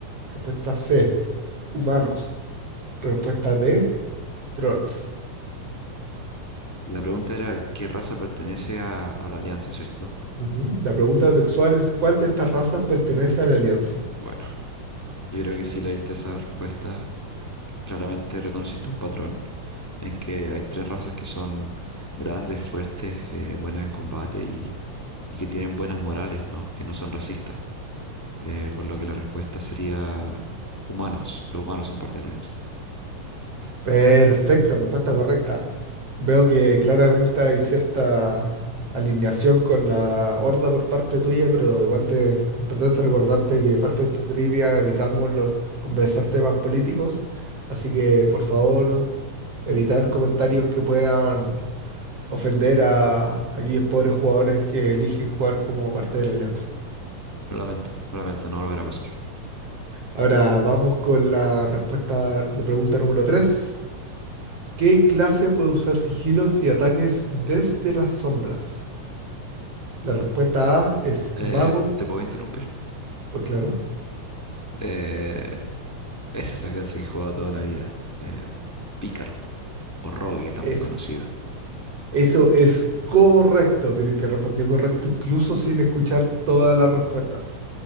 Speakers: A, on the right (about 45°); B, in the centre.
A: Respuesta C. Humanos. Respuesta D. Trolls.
B: La pregunta era, ¿qué raza pertenece a, a la Alianza, cierto?
A: Ujú. La pregunta textual es, ¿cuál de estas razas pertenece a la Alianza?
B: Bueno, yo creo que si leíste esa respuesta, claramente reconociste un patrón en que hay tres razas que son grandes, fuertes, eh, buenas en combate y, y que tienen buenas morales, ¿no? Que no son racistas. Eh, por lo que la respuesta sería humanos. Los humanos son parte de la Alianza.
A: Perfecto, respuesta correcta. Veo que claramente hay cierta alineación con la Horda por parte tuya, pero igual te, es importante recordarte que parte de esta trivia evitamos los, conversar temas políticos, así que por favor evitar comentarios que puedan ofender a a aquellos pobres jugadores que eligen jugar como parte de la Alianza.
B: Lamento, lamento, no volverá a pasar.
A: Ahora vamos con la respuesta, la pregunta número 3. ¿Qué clase puede usar sigilos y ataques desde las sombras? La respuesta A es
B: Eh,
A: mago,
B: ¿te puedo interrumpir?
A: pues claro.
B: Eh, esa es la clase que he jugado toda la vida. eh, Pícaro, o Rogue, también
A: Es,
B: conocido.
A: eso es correcto. Miren que respondió correcto incluso sin escuchar todas las respuestas.